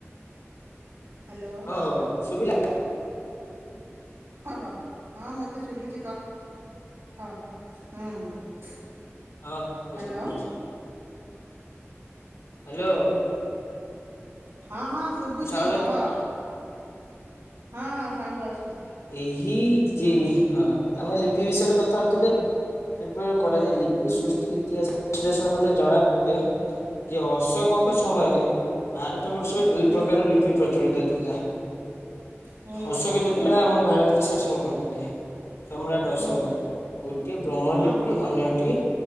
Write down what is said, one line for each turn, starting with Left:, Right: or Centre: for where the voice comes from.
Right: ହ୍ୟାଲୋ
Left: ହଁ ହଁ ଶୁଭିଲା।
Right: ହଁ କ ହଁ ମତେ ଶୁଭୁଛି କହ ହୁଁ।
Left: ହଁ ଶୁଭୁଚି
Right: ହ୍ୟାଲୋ
Left: ଶୁଭୁଛି। ହାଲୋ।
Right: ହୁଁ ହଁ ହଁ ଶୁଭୁଛି
Left: ମୁଁ ସାଉଣ୍ଡ
Right: କହ। ହଁ ହଁ ସାଉଣ୍ଡ ଆସୁଛି।
Left: ଏହି
Right: ହୁଁ
Left: ଯେ ହଁ ଆମେ ଲିପି ବିଷୟରେ କଥା। କଥା
Right: ହୁଁ
Left: ହଉଥିଲେ ଏପରି କରାଯାଏ ଲିପି ସୃଷ୍ଟି ଇତିହାସ। ବିଶ୍ଳେଷଣ କଲେ ଜଣାପଡ଼େ ଯେ ଅଶୋକଙ୍କ
Right: ହୁଁ
Left: ସମୟରେ ଭାରତ ବର୍ଷରେ। ଦୁଇ
Right: ହୁଁ
Left: ପ୍ରକାର ର ଲିପି ପ୍ରଚଳିତ ଥିଲା
Right: ହୁଁ
Left: ଅଶୋକ ଯେ ଯେତେବେଳେ ଆମ ଭାରତରେ ଶାସନ କରୁଥିଲେ। ସମ୍ରାଟ
Right: ହୁଁ
Left: ଅଶୋକ ଗୋଟିଏ ବ୍ରହ୍ମଲିପି
Right: ହଁ ହଁ
Left: ଅନ୍ୟଟି।